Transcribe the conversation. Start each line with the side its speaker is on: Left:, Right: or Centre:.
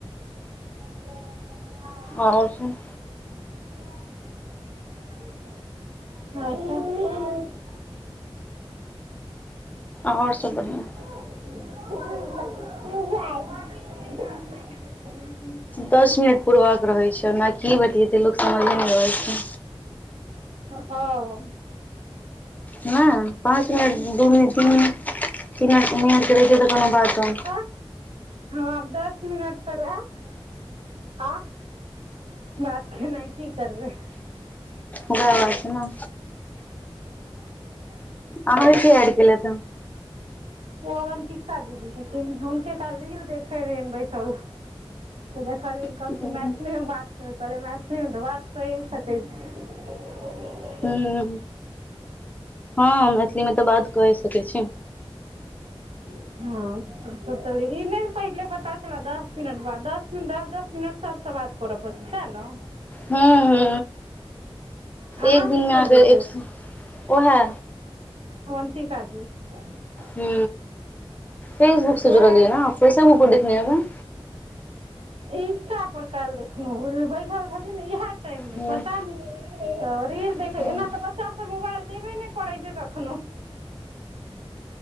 Right: <inaudible>
Left: आओर सब
Right: <unintelligible> <unintelligible>
Left: आओर सब बढ़िआं
Right: <unintelligible>
Left: दस मिनट पुरबाक रहै छै ओना की बतीयेतई लोक समझे नहि अबै छै
Right: हँ
Left: ह पाँच मिनट दू मिनट तीन मिनिट तीन मिनट तीन मिनट के रहते करैत त कोनो बातो
Right: आ हँ अब दस मिनट तक एत आ बात खेनाइ की करबै
Left: उहा बात छै न
Right: <inaudible>
Left: आहाके के ऐड केलाइठ ह
Right: ओ अवन्तिका दीदी छथिन हुनके काइल रील देखए रहैन बैसल तऽ देखलिन
Left: हन
Right: कहलखिन मैथिली मे बात कर कहल मैथिली मे तऽ बात कए सकैत छी <inaudible>
Left: ह हँ मैथिली मे तऽ बात कये सकै छी
Right: <inaudible> हँ ई नहि पहिले पता च दस मिनट बादस मिन दस दस मिनट सबसँ बात करऽ पड़तै साह न
Left: हँ हँ
Right: अहाँके
Left: एक दिन मे
Right: के
Left: अहके
Right: जोड़लथि
Left: एक ओहै
Right: <unintelligible>
Left: हू फेसबुक से
Right: उएह
Left: जुड़लियै ने फेसबुक पर देखने हेबै
Right: इंस्टा पर काइल देखलहु बैसल छलियने इह टाइम मे
Left: हूँ
Right: पता नहि तऽ रील देख
Left: हूँ
Right: एना तऽ बच्चा सब मोबाइल देबे नहि करै छै कखनो